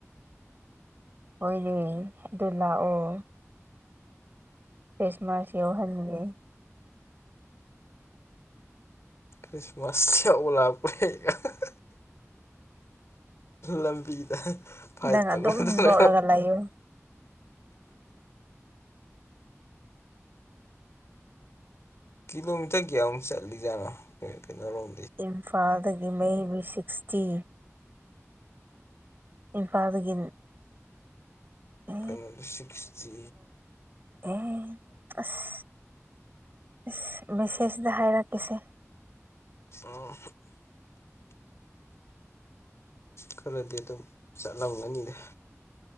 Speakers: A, on the right; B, on the left.
A: ꯑꯣꯏꯔꯦ ꯑꯗꯨ ꯂꯥꯛꯑꯣ ꯈ꯭ꯔꯤꯁꯃꯥꯁ ꯌꯥꯎꯍꯟꯒꯦ
B: ꯈ꯭ꯔꯤꯁꯃꯥꯁ ꯌꯥꯎꯕ ꯂꯥꯛꯄꯩ <unintelligible> ꯂꯝꯕꯤꯗ ꯐꯥꯏꯠ
A: ꯅꯪ
B: ꯇꯧꯅꯗꯅ
A: ꯑꯗꯨꯝ ꯅꯣꯛꯑꯒ ꯂꯩꯌꯨ
B: ꯀꯤꯂꯣꯃꯤꯇꯔ ꯀꯌꯥꯃꯨꯛ ꯆꯠꯂꯤ ꯖꯥꯠꯅꯣ ꯀꯩꯅꯣꯔꯣꯝ
A: ꯏꯝꯐꯥꯜꯗꯒꯤ ꯃꯦꯕꯤ ꯁꯤꯛꯁꯇꯤ ꯏꯝꯐꯥꯜꯗꯒꯤ ꯑꯦ
B: ꯀꯩꯅꯣꯗ ꯁꯤꯛꯁꯇꯤ
A: ꯑꯝ ꯑꯁ ꯑꯁ ꯃꯦꯁꯦꯖꯗ ꯍꯥꯏꯔꯛꯀꯁꯦ
B: ꯑꯝ ꯈꯔꯗꯤ ꯑꯗꯨꯝ ꯆꯠꯂꯝꯒꯅꯤꯗ